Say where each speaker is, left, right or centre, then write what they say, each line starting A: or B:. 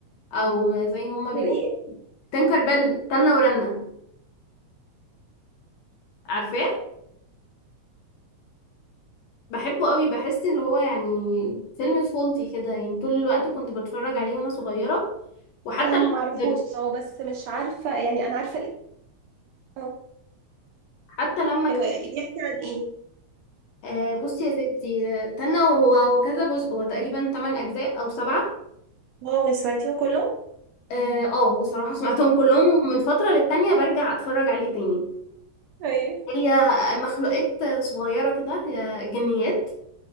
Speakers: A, on the left; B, on the right.
A: او زي هما بيقولوا
B: هو ايه
A: تينكر بيل تنة ورنة عارفاه بحبه قوي بحس ان هو يعني فيلم طفولتي كده يعني طول الوقت كنت بتفرج عليه وانا صغيرة وحتى
B: أه،
A: لما
B: معرفوش
A: كبرت
B: هو بس مش عارفة يعني انا عارفة ال- اه
A: حتى لما
B: ايوه
A: كبرت
B: بيحكي عن ايه
A: آه بصي يا ستي آه، تنى وهو هو كذا جزء هو تقريبا 8 اجزاء او سبعة
B: واو سمعتيهم كلهم
A: اه آه، بصراحة سمعتهم كلهم ومن فترة للتانية برجع اتفرج عليه تاني
B: ايوه
A: هي مخلوقات صغيرة كده هي جنيات